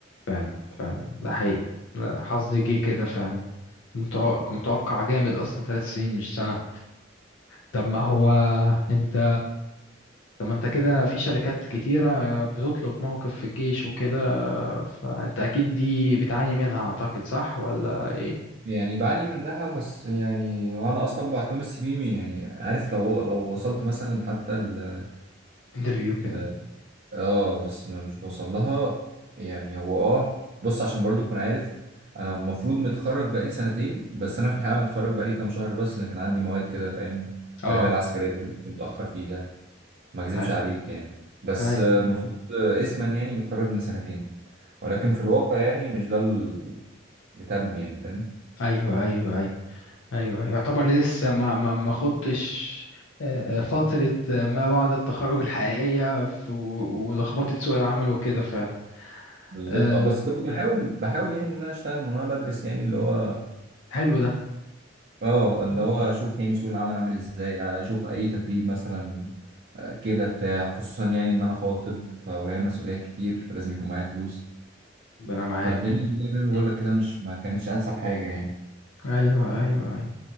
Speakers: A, on the left; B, on the right.
A: فعلا فعلا ده حقيقي ده حظي جه كده فعلا متوقع متوقع جامد اصلا ثلاث سنين مش سنة طب ما هو انت طب ما انت كده في شركات كتيرة بتطلب موقف في الجيش وكده فانت اكيد دي بتعاني منها اعتقد صح ولا ايه
B: يعني بعاني منها بس يعني انا اصلا بعت لهم السي في يعني عارف لو لو وصلت مثلا حتى ل...
A: انترفيو كده
B: ل... اه بس ما مش بوصل لها يعني هو اه بص عشان برضو تكون عارف انا المفروض متخرج بقالي سنتين بس انا في الحقيقه متخرج بقالي كام شهر بس انا كان عندي مواد كده فاهم التربيه
A: اه
B: العسكريه برضو كنت متاخر فيها ما اكذبش
A: هاي
B: عليك يعني بس
A: هاي
B: آه، المفروض آه، اسما يعني متخرج من سنتين ولكن
A: مم.
B: في الواقع يعني مش ده اللي تم يعني فاهم
A: ايوه ايوه ايوه ايوه يعتبر لسه ما ما ما خضتش آه، آه، فترة آه، ما بعد التخرج الحقيقية في- و- ولخبطة سوق العمل وكده فعلا
B: بالظبط
A: آه،
B: اه بس كنت بحاول
A: مم.
B: بحاول يعني ان انا اشتغل من وانا بدرس يعني اللي هو
A: حلو ده
B: اه اللي
A: مم.
B: هو اشوف يعني سوق العمل عامل ازاي اشوف اي تدريب مثلا آه، كده بتاع خصوصا يعني ان انا خاطب فورايا مسؤوليات كتير فلازم يكون معايا فلوس
A: ربنا معاك
B: فالدنيا والله زي ما بقول
A: مم.
B: لك كده مش ما كانتش انسب حاجه يعني
A: ايوه ايوه ايوه